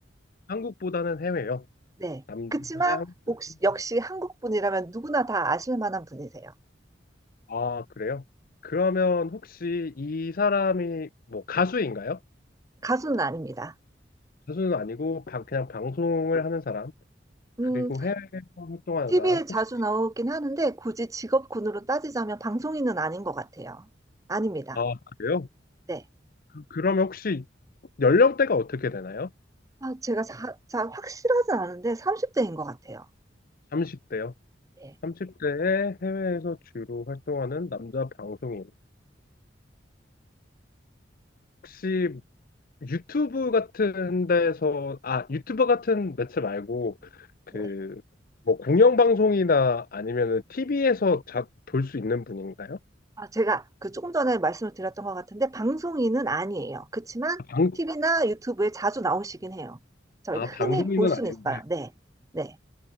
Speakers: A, on the left; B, on the right.
A: 한국보다는 해외요.
B: 네.
A: 남자분은
B: 그치만
A: 한국보다는
B: 혹시- 역시
A: 해외.
B: 한국분이라면 누구나 다 아실 만한 분이세요.
A: 아, 그래요? 그러면 혹시 이 사람이 뭐 가수인가요?
B: 가수는 아닙니다.
A: 가수는 아니고 방- 그냥 방송을 하는 사람,
B: 음,
A: 그리고 해외에서 활동하는
B: TV에
A: 사람.
B: 자주
A: 혹시
B: 나오긴 하는데 굳이 직업군으로 따지자면 방송인은 아닌 것 같아요. 아닙니다.
A: 아, 그래요?
B: 네.
A: 그, 그러면 혹시 연령대가 어떻게 되나요?
B: 아, 제가 자, 자, 확실하진 않은데 30대인 것 같아요.
A: 30대요.
B: 네.
A: 30대에 해외에서 주로 활동하는 남자 방송인. 혹시 유튜브 같은 데서, 아, 유튜버 같은 매체 말고, 그,
B: 네.
A: 뭐, 공영방송이나 아니면은 TV에서 볼 수 있는 분인가요?
B: 아, 제가 그 조금 전에 말씀을 드렸던 것 같은데 방송인은 아니에요. 그렇지만
A: 아, 방,
B: TV나 유튜브에 자주 나오시긴 해요. 저희가
A: 아, 방송인은
B: 흔히 볼 수는
A: 아닌데,
B: 있어요. 네, 네,